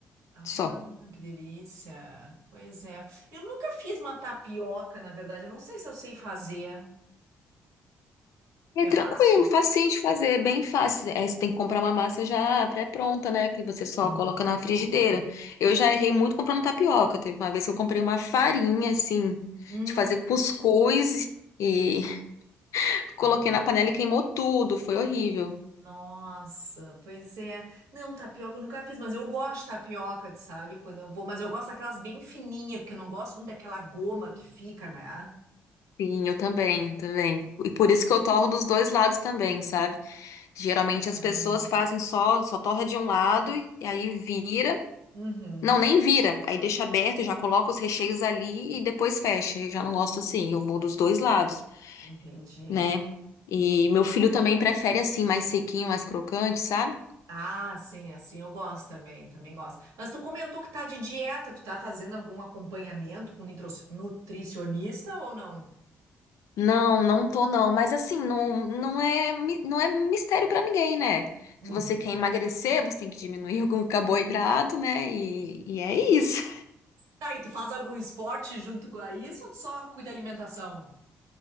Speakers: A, on the right (about 75°); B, on the left (about 70°).
A: Ah,
B: Só.
A: que delícia. Pois é. Eu nunca fiz uma tapioca, na verdade. Eu não sei se eu sei fazer.
B: É
A: É
B: tranquilo,
A: fácil?
B: facinho de fazer, é bem fácil. Aí você tem que comprar uma massa já pré-pronta, né? Que você só
A: Uhum.
B: coloca na frigideira. Eu já errei muito comprando tapioca. Teve uma vez que eu comprei uma farinha, assim,
A: Hum,
B: de fazer cuscuz e <laughs> coloquei
A: Ah,
B: na panela e queimou tudo. Foi horrível.
A: Nossa, pois é. Não, tapioca eu nunca fiz, mas eu gosto de tapioca, tu sabe? Quando eu vou, mas eu gosto daquelas bem fininhas, porque eu não gosto muito daquela goma que fica, né? Ah,
B: Sim, eu também, eu também. E por isso que eu torro dos dois lados também, sabe? Geralmente as
A: ah.
B: pessoas fazem só, só torra de um lado e aí vira.
A: Uhum,
B: Não, nem vira. Aí deixa aberto, já coloca os recheios ali e depois fecha. Eu já não gosto assim, eu vou dos dois lados,
A: entendi.
B: né? E meu filho também prefere assim, mais sequinho, mais crocante, sabe?
A: Ah, sim, assim eu gosto também, também gosto. Mas tu comentou que tá de dieta, tu tá fazendo algum acompanhamento com nitro- nutricionista ou não?
B: Não, não tô não, mas assim, não, não é, mi- não é mistério pra ninguém, né?
A: Uhum.
B: Se você quer emagrecer, você tem que diminuir <laughs> algum carboidrato, né? E, e é isso.
A: Tá, e tu faz algum esporte junto com isso ou tu só cuida da alimentação?